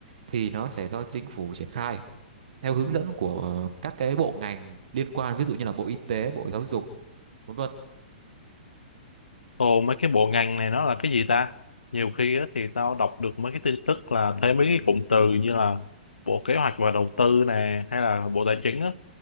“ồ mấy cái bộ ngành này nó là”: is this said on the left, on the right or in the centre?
Left